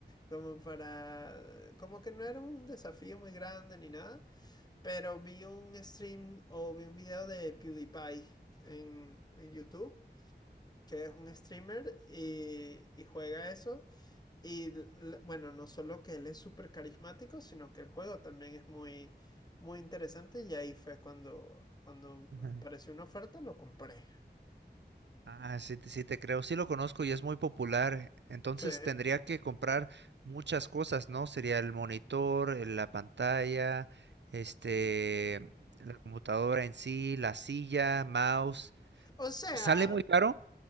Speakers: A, on the left; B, on the right.
A: como para, como que no era un desafío muy grande ni nada, pero vi un stream o vi un video de PewDiePie en, en YouTube, que es un streamer y, y juega eso. Y l- bueno, no solo que él es súper carismático, sino que el juego también es muy, muy interesante y ahí fue cuando, cuando
B: Ujú.
A: apareció una oferta, lo compré.
B: Ah, sí, te- sí te creo, sí lo conozco y es muy popular. Entonces
A: Sí.
B: tendría que comprar muchas cosas, ¿no? Sería el monitor, eh, la pantalla, este, la computadora en sí, la silla, mouse.
A: O sea,
B: ¿Sale muy caro?